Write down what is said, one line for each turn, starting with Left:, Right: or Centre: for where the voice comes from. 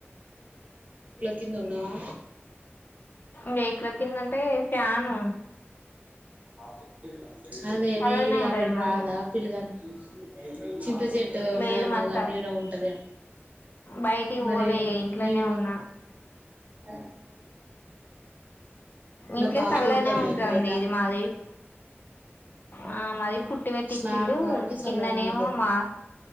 Right: కిందున్నావా.
Left: బేక్ల కిందంటే ఫ్యాను.
Right: <inaudible> అదే
Left: చల్లనే
Right: వేడి
Left: ఉంటది
Right: అక్కడ
Left: మాది
Right: రాదా పిల్లగని. అయితే. చింత చెట్టు ఉన్నది
Left: లేదు
Right: అన్నవు
Left: మా
Right: గా
Left: స
Right: నీడ ఉంటద
Left: బయటికి
Right: మరి
Left: పోలే ఇగ ఇంట్లోనే
Right: నీడ.
Left: ఉన్నా
Right: అ.
Left: ఇంట్లో
Right: బాగా
Left: చల్లగనే
Right: కొడతాంది
Left: ఉంటది.
Right: బయట
Left: ఇది మాది ఆ మాది పుట్టి పెట్టి
Right: స్లాబ్
Left: చిల్లు
Right: కాబట్టి చల్లనే
Left: కిందనేమో,
Right: ఉంటది
Left: మా